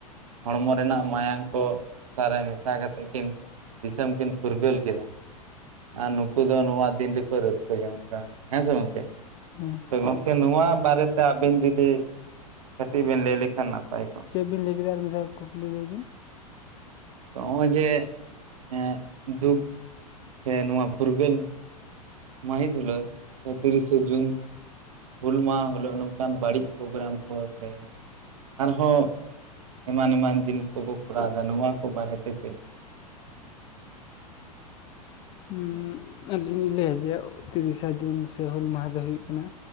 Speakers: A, on the right (about 60°); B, on the left (about 25°).
A: ᱦᱚᱲᱢᱚ ᱨᱮᱱᱟᱜ ᱢᱟᱭᱟᱝ ᱠᱚ ᱦᱟᱥᱟᱨᱮ ᱢᱮᱥᱟ ᱠᱟᱛᱮᱫ ᱠᱤᱱ ᱫᱤᱥᱚᱢ ᱠᱤᱱ ᱯᱷᱩᱨᱜᱟᱹᱞ ᱠᱮᱫᱟ ᱟᱨ ᱱᱩᱠᱩ ᱫᱚ ᱱᱚᱣᱟ ᱫᱤᱱ ᱨᱮᱠᱚ ᱨᱟᱹᱥᱠᱟᱹ ᱡᱚᱝᱼᱚᱜ ᱠᱟᱱᱟ᱾ ᱦᱮᱸ ᱥᱮ ᱜᱚᱝᱠᱮ?
B: ᱦᱮᱸ
A: <unintelligible> ᱱᱚᱣᱟ ᱵᱟᱨᱮ ᱛᱮ ᱟᱵᱤᱱ ᱡᱩᱫᱤ ᱠᱟᱹᱴᱤᱡ ᱵᱮᱱ ᱞᱟᱹᱭ ᱞᱮᱠᱷᱟᱱ ᱱᱟᱯᱟᱭ ᱠᱚᱜᱼᱟ᱾
B: ᱪᱮᱫ ᱵᱤᱱ ᱞᱟᱹᱭ ᱠᱮᱫᱟ, ᱟᱨ ᱢᱤᱫ ᱫᱷᱟᱣ ᱠᱩᱠᱞᱤ ᱞᱟᱹᱭ ᱵᱤᱱ
A: ᱦᱚᱸᱜᱼᱚᱸᱭ ᱡᱮ ᱮᱸ ᱫᱩᱠ ᱥᱮ ᱱᱚᱣᱟ ᱯᱷᱩᱨᱜᱟᱹᱞ ᱢᱟᱹᱦᱤᱛ <unintelligible> ᱛᱤᱨᱤᱥᱮ ᱡᱩᱱ-ᱼ ᱦᱩᱞ ᱢᱟᱦᱟ ᱦᱤᱞᱳᱜ ᱱᱚᱝᱠᱟᱱ ᱵᱟᱹᱲᱤᱡ ᱯᱨᱳᱜᱨᱟᱢ ᱠᱚ ᱥᱮ ᱟᱨᱦᱚᱸ ᱮᱢᱟᱱ ᱮᱢᱟᱱ ᱡᱤᱱᱤᱥ ᱠᱚ ᱠᱚ ᱠᱚᱨᱟᱣ ᱮᱫᱟ, ᱱᱚᱣᱟ ᱠᱚ ᱵᱟᱨᱮ ᱛᱮ ᱪᱮᱫ
B: ᱦᱩ ᱟᱞᱤᱧ ᱞᱟᱹᱭᱟ ᱡᱮ ᱛᱤᱨᱤᱥᱟ ᱡᱩᱱ ᱥᱮ ᱦᱩᱞ ᱢᱟᱦᱟ ᱫᱚ ᱦᱩᱭᱩᱜ ᱠᱟᱱᱟ